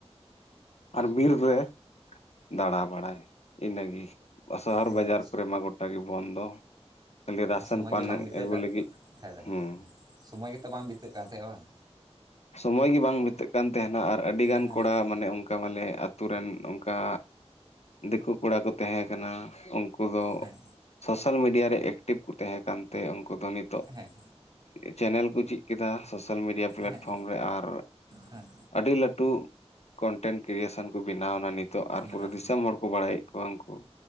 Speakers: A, on the left (about 70°); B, on the right (about 40°).
A: ᱟᱨ ᱵᱤᱨ ᱨᱮ ᱫᱟᱬᱟ ᱵᱟᱲᱟᱭ ᱤᱱᱟᱹᱜᱮ ᱥᱟᱦᱟᱨ
B: ᱦᱮᱸ
A: ᱵᱟᱡᱟᱨ
B: ᱦᱮᱸ
A: ᱠᱚᱨᱮ ᱢᱟ ᱜᱚᱴᱟ ᱜᱮ ᱵᱚᱱᱫᱚ ᱠᱷᱟᱹᱞᱤ ᱨᱟᱥᱚᱱ
B: ᱥᱳᱚᱢᱚᱭ
A: ᱯᱟᱱ
B: ᱜᱮ ᱵᱟᱝ ᱵᱤᱛᱟᱹᱜ
A: ᱟᱹᱜᱩ
B: ᱠᱟᱱ
A: ᱞᱟᱹᱜᱤᱫ
B: ᱠᱷᱟᱡ ᱫᱚ
A: ᱦᱩᱸ
B: ᱮᱸ ᱥᱳᱚᱢᱚᱭ ᱜᱮᱛᱚ ᱵᱟᱝ ᱵᱤᱛᱟᱹᱜ ᱠᱟᱱ ᱛᱟᱦᱮᱸᱜᱼᱟ ᱵᱟᱝ
A: ᱥᱚᱢᱚᱭ ᱜᱮ ᱵᱟᱝ ᱵᱤᱛᱟᱹᱜ ᱠᱟᱱ ᱛᱟᱦᱮᱱᱟ ᱟᱨ ᱟᱹᱰᱤ ᱜᱟᱱ
B: ᱦᱮᱸ
A: ᱠᱚᱲᱟ
B: ᱚᱱᱟ ᱦᱚᱸ
A: ᱢᱟᱱᱮ ᱚᱱ ᱚᱱᱠᱟ ᱢᱟᱞᱮ ᱟᱛᱳ ᱨᱮᱱ ᱚᱱᱠᱟ ᱫᱤᱠᱩ ᱠᱚᱲᱟ ᱠᱚ ᱛᱟᱦᱮᱸ ᱠᱟᱱᱟ ᱩᱱᱠᱩ ᱫᱚ
B: ᱦᱮᱸ
A: ᱥᱳᱥᱟᱞ ᱢᱤᱰᱤᱭᱟ ᱨᱮ ᱮᱠᱴᱤᱵᱷ ᱠᱚ ᱛᱟᱦᱮᱸ ᱠᱟᱱᱛᱮ ᱩᱱᱠᱩ ᱫᱚ ᱱᱤᱛᱚᱜ
B: ᱦᱮᱸ
A: ᱪᱮᱱᱮᱞ ᱠᱚ ᱪᱮᱫ ᱠᱮᱫᱟ ᱥᱳᱥᱟᱞ ᱢᱤᱰᱤᱭᱟ ᱯᱞᱟᱴᱯᱷᱨᱚᱢ
B: ᱦᱮᱸ
A: ᱨᱮ ᱟᱨ
B: ᱦᱮᱸ
A: ᱟᱹᱰᱤ ᱞᱟᱹᱴᱩ ᱠᱚᱱᱴᱮᱱᱴ ᱠᱨᱤᱭᱮᱥᱮᱱ ᱠᱚ ᱵᱮᱱᱟᱣ ᱱᱟ ᱱᱤᱛᱚᱜ ᱟᱨ
B: ᱵᱮᱱᱟᱣ
A: ᱯᱩᱨᱟᱹ ᱫᱤᱥᱚᱢ ᱦᱚᱲ ᱠᱚ ᱵᱟᱲᱟᱭᱮᱫ ᱠᱚᱣᱟ ᱩᱱᱠᱩ